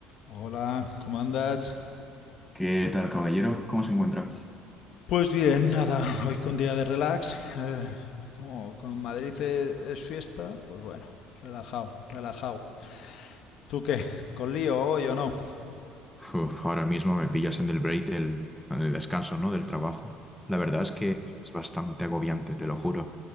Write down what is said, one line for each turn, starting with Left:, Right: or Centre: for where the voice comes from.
Left: Hola, ¿cómo andas?
Centre: ¿Qué tal, caballero? ¿Cómo se encuentra?
Left: Pues bien, nada, hoy con día de relax. eh, como, como en Madrid es, es fiesta, pues bueno, relajado, relajado. ¿Tú qué? ¿Con lío hoy o no?
Centre: Uf, ahora mismo me pillas en el break del, en el descanso, ¿no? Del trabajo. La verdad es que es bastante agobiante, te lo juro.